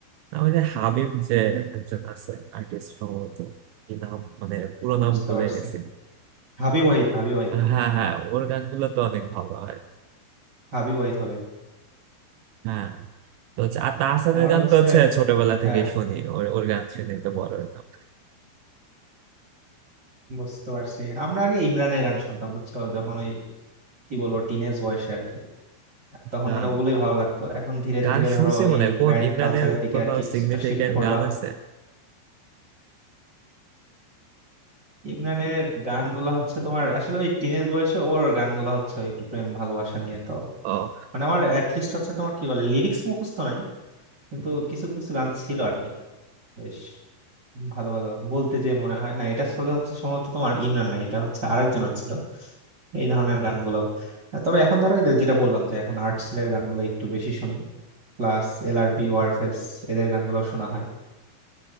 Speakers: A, on the right; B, on the right.
A: আমাদের হাবিব যে একজন আছে আর্টিস্ট সম্ভবত কি নাম মানে পুরো নাম
B: বুঝতে
A: ভুলে
B: পারছি
A: গেছি
B: হাবিব ওয়াহিদ হাবিব ওয়াহিদ
A: হ্যাঁ হ্যাঁ ওর গানগুলো তো অনেক ভালো হয়
B: হাবিব ওয়াহিদ হবে
A: হ্যাঁ তো হচ্ছে আর তাহসানের
B: তোমার
A: গান
B: হচ্ছে
A: তো হচ্ছে ছোটবেলা থেকেই
B: আহ,
A: শুনি ওর ওর গান শুনে তো বড় হইলাম
B: বুঝতে পারছি আমরা আগে ইমরানের গান শুনতাম বুঝছো যখন ওই কি বলবো টিনেজ বয়সে আর কি তখন
A: গান
B: মানে ওগুলোই ভালো লাগতো এখন ধীরে
A: গান
B: ধীরে
A: শুনছি
B: ধরো
A: মনে
B: এই
A: হয় কোন
B: ব্যান্ড
A: ইমরানের
B: কালচারের দিকে
A: কোনো
B: আর কি কিছুটা
A: সিগনিফিকেন্ট
B: শিফট করলাম
A: গান আছে
B: ইমরানের গানগুলা হচ্ছে তোমার আসলে ওই টিনেজ বয়সে ওর গানগুলা হচ্ছে ওই একটু প্রেম ভালোবাসা নিয়ে তো
A: ও
B: মানে আমার অ্যাটলিস্ট হচ্ছে তোমার কি বলে লিরিক্স মুখস্থ নাই কিন্তু কিছু কিছু গান ছিল আর কি বেশ ভালো ভালো বলতে যে মনে হয় না এটা আসলে হচ্ছে সম্ভবত তোমার ইমরান না এটা হচ্ছে আরেকজনের ছিল এই ধরনের গানগুলো আহ, তবে এখন ধরো এই যে যেটা বললাম যে এখন আর্টসেলের গানগুলো একটু বেশি শুনি প্লাস এলআরবি ওয়ারফেজ এদের গানগুলো শোনা হয়